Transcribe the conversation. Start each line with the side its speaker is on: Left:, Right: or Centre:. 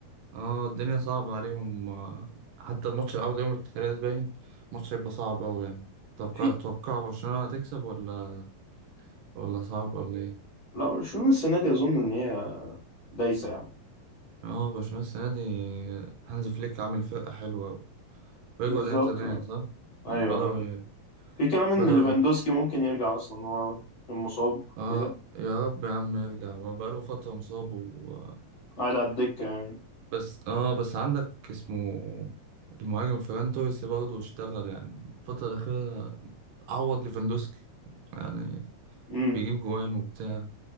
Right: اه الدنيا صعبة عليهم آه، حتى ماتش العودة يوم التلات باين ماتش هيبقى صعب أوي يعني توقع
Left: في
Right: توقع برشلونة هتكسب ولا ولا صعب ولا إيه؟
Left: لا برشلونة السنة دي اظن ان هي دايسة يعني
Right: اه برشلونة السنة دي هانز فليك عامل فرقة حلوة أوي رجعوا
Left: بالظبط
Right: لأيام زمان
Left: آه.
Right: صح؟
Left: ايوه
Right: بدأوا
Left: آه. في كلام ان
Right: بدأوا
Left: ليفاندوسكي ممكن يرجع اصلا هو كان مصاب
Right: اه
Left: كده
Right: يا رب يا عم يرجع هو بقاله فترة مصاب و...
Left: قاعد على الدكة يعني
Right: بس اه بس عندك اسمه المهاجم فران توريس برضه اشتغل يعني الفترة الأخيرة عوض ليفاندوسكي يعني
Left: امم
Right: بيجيب جوان وبتاع